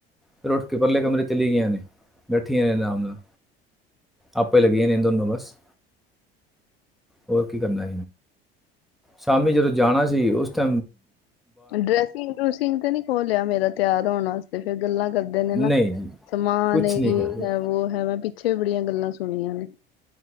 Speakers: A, in the centre; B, on the left (about 75°).
A: ਫਿਰ ਉੱਠ ਕੇ ਪਰਲੇ ਕਮਰੇ ਚਲੀ ਗਈਆਂ ਨੇ ਬੈਠੀਆਂ ਨੇ ਆਰਾਮ ਨਾਲ ਆਪੇ ਲੱਗੀਆਂ ਨੇ ਦੋਨੋਂ ਬਸ ਹੋਰ ਕੀ ਕਰਨਾ ਸ਼ਾਮੀ ਜਦੋਂ ਜਾਣਾ ਸੀ ਉਸ ਤ
B: ਡਰੈਸਿੰਗ ਡਰੂਸਿੰਗ ਤੇ ਨੀ ਕੋ ਲਿਆ ਮੇਰਾ ਤਿਆਹਰ ਢਾਹੁਣ ਵਾਸਤੇ ਵਾਸਤੇ ਫੇਰ ਗੱਲਾਂ ਕਰਦੇ ਨੇ ਨਾ
A: ਨਹੀਂ ਜੀ
B: ਸਮਾਨ
A: ਕੁਛ
B: ਹੈ
A: ਨਹੀਂ ਕਰਦੇ
B: ਹੈ ਵੋ ਹੈ ਮੈਂ ਪਿੱਛੇ ਪਿੱਛੇ ਬੜੀਆਂ ਗੱਲਾਂ ਸੁਣੀਆਂ ਨੇ